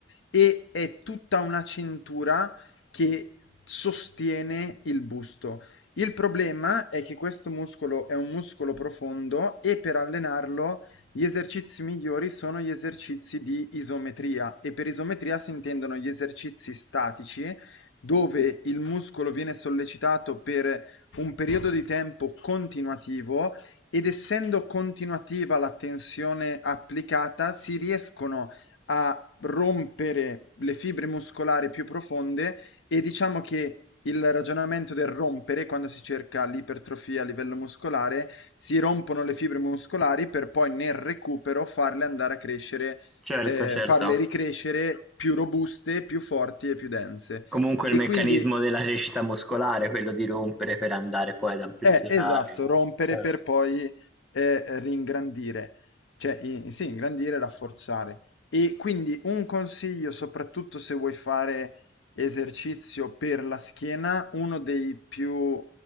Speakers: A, on the left; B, in the centre.
A: e è tutta una cintura che sostiene il busto. Il problema è che questo muscolo è un muscolo profondo e per allenarlo gli esercizi migliori sono gli esercizi di isometria e per isometria si intendono gli esercizi statici dove il muscolo viene sollecitato per un periodo di tempo continuativo ed essendo continuativa la tensione applicata, si riescono a rompere le fibre muscolari più profonde e diciamo che il ragionamento del rompere, quando si cerca l'ipertrofia a livello muscolare, si rompono le fibre muscolari per poi nel recupero farle andare a crescere,
B: Certo,
A: eh,
B: certo.
A: farle ricrescere più robuste, più forti e più dense.
B: Comunque
A: E
B: il meccanismo
A: quindi
B: della crescita muscolare, quello di rompere per andare poi ad amplificare,
A: Eh, esatto,
B: no?
A: rompere
B: Certo.
A: per poi eh, ringrandire, cioè i- sì, ingrandire, rafforzare. E quindi un consiglio, soprattutto se vuoi fare esercizio per la schiena, uno dei più